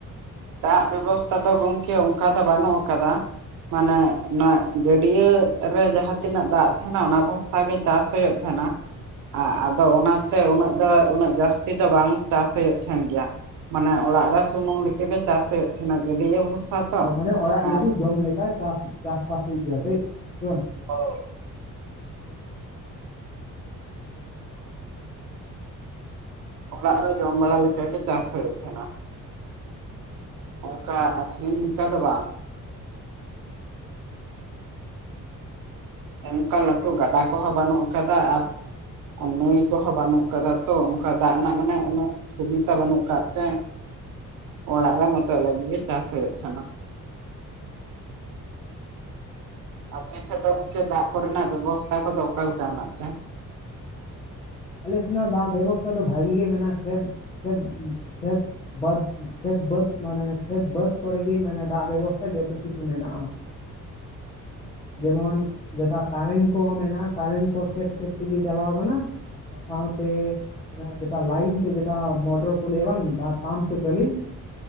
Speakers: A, on the right; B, on the left.
A: ᱫᱟᱜ ᱵᱮᱵᱚᱥᱛᱟ ᱫᱚ ᱜᱚᱝᱠᱮ ᱚᱝᱠᱟ ᱫᱚ ᱵᱟᱹᱱᱩᱜ ᱟᱠᱟᱫᱟ᱾ ᱢᱟᱱᱮ ᱱᱚᱣᱟ ᱜᱟᱹᱰᱭᱟᱹ ᱨᱮ ᱡᱟᱦᱟᱸ ᱛᱤᱱᱟᱹᱜ ᱫᱟᱜ ᱛᱟᱦᱮᱱᱟ ᱚᱱᱟ ᱵᱷᱚᱨᱥᱟ ᱜᱮ, ᱛᱟᱥ ᱦᱳᱭᱳᱜ ᱛᱟᱦᱮᱱᱟ᱾ ᱟ ᱟᱫᱚ ᱚᱱᱟᱛᱮ ᱩᱱᱟᱹᱜ ᱫᱚ ᱩᱱᱟᱹᱜ ᱡᱟᱹᱥᱛᱤ ᱫᱚ ᱵᱟᱝ ᱪᱟᱥ ᱦᱳᱭᱳᱜ ᱛᱟᱦᱮᱱ ᱜᱮᱭᱟ᱾ ᱢᱟᱱᱮ ᱚᱲᱟᱜ ᱨᱮ ᱥᱩᱢᱩᱝ ᱞᱮᱠᱟ ᱜᱮ ᱪᱟᱥ ᱦᱳᱭᱳᱜ ᱛᱟᱦᱮᱱᱟ ᱜᱟᱹᱰᱭᱟᱹ ᱵᱷᱚᱨᱥᱟ ᱛᱚ
B: ᱚ ᱢᱟᱱᱮ ᱚᱲᱟᱜ ᱞᱟᱹᱜᱤᱫ
A: ᱟᱨ
B: ᱡᱚᱢ ᱞᱮᱠᱟ ᱪᱟᱥ ᱪᱟᱥ ᱵᱟᱥ ᱦᱩᱭᱩᱜ ᱜᱮᱭᱟ ᱛᱟᱹᱭ ᱥᱮ ᱵᱟᱝ
A: ᱦᱳᱭ ᱚᱲᱟᱜ ᱨᱮ ᱡᱚᱢ ᱵᱟᱲᱟ ᱞᱮᱠᱟ ᱜᱮ ᱪᱟᱥ ᱦᱳᱭᱳᱜ ᱛᱟᱦᱮᱱᱟ᱾ ᱚᱝᱠᱟ ᱟᱹᱠᱷᱨᱤᱧ ᱞᱮᱠᱟ ᱫᱚ ᱵᱟᱝ, ᱚᱝᱠᱟ ᱞᱟᱹᱴᱩ ᱜᱟᱰᱟ ᱠᱚᱦᱚᱸ ᱵᱟᱹᱱᱩᱜ ᱟᱠᱟᱫᱟ ᱟᱨ ᱟᱨ ᱱᱟᱹᱭ ᱠᱚᱦᱚᱸ ᱵᱟᱹᱱᱩᱜ ᱟᱠᱟᱫᱟ ᱛᱚ ᱚᱝᱠᱟ ᱫᱟᱜ ᱨᱮᱱᱟᱜ ᱢᱟᱱᱮ ᱩᱱᱟᱹᱜ ᱥᱩᱵᱤᱛᱟ ᱵᱟᱹᱱᱩᱜ ᱟᱠᱟᱛ ᱛᱮ ᱚᱲᱟᱜ ᱨᱮ ᱢᱚᱛᱚ ᱞᱟᱹᱜᱤᱫ ᱜᱮ ᱪᱟᱥ ᱦᱳᱭᱳᱜ ᱛᱟᱦᱮᱱᱟ᱾ ᱟᱯᱮ ᱥᱮᱫ ᱫᱚ ᱜᱚᱝᱠᱮ ᱫᱟᱜ ᱠᱚᱨᱮᱱᱟᱜ ᱵᱮᱵᱚᱥᱛᱷᱟ ᱠᱚᱫᱚ ᱚᱠᱟ ᱞᱮᱠᱟ ᱢᱮᱱᱟᱜ ᱛᱮ?
B: ᱟᱞᱮ ᱥᱮᱱᱟᱜ ᱫᱟᱜ ᱵᱮᱵᱚᱥᱛᱷᱟ ᱫᱚ ᱵᱷᱟᱹᱜᱤ ᱜᱮ ᱢᱮᱱᱟᱜ-ᱟ ᱠᱷᱮᱛ-ᱠᱷᱮᱛ- ᱠᱷᱮᱛ ᱵᱟᱹᱫᱽ ᱠᱷᱮᱛ ᱵᱟᱹᱫᱽ ᱢᱟᱱᱮ ᱠᱷᱮᱛ ᱵᱟᱹᱫᱽ ᱠᱚᱨᱮ ᱜᱮ ᱢᱟᱱᱮ ᱫᱟᱜ ᱵᱮᱵᱚᱥᱛᱷᱟ ᱡᱚᱛᱚ ᱠᱤᱪᱷᱩ ᱢᱮᱱᱟᱜ-ᱟ᱾
A: <inaudible>
B: ᱡᱮᱢᱚᱱ ᱡᱮᱛᱟ ᱠᱟᱨᱮᱱ ᱠᱚᱦᱚᱸ ᱢᱮᱱᱟᱜ-ᱟ, ᱠᱟᱨᱮᱱ ᱠᱚ ᱠᱷᱮᱛ-ᱠᱷᱮᱛ ᱛᱮᱜᱮ ᱪᱟᱞᱟᱣ ᱟᱠᱟᱱᱟ᱾ ᱥᱟᱶᱛᱮ ᱡᱮᱛᱟ ᱞᱟᱭᱤᱱ ᱛᱮ ᱡᱮᱛᱟ ᱢᱚᱴᱚᱨ ᱠᱚ ᱞᱟᱹᱭᱟ ᱵᱟᱝ ᱫᱟ ᱯᱟᱢᱯ ᱠᱚ ᱪᱟᱹᱞᱩᱭ